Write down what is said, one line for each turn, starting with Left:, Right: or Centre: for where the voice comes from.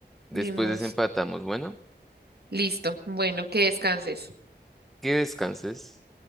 Centre: Después
Right: Ni mos.
Centre: desempatamos. Bueno,
Right: Listo. Bueno, que descanses.
Centre: que descanses.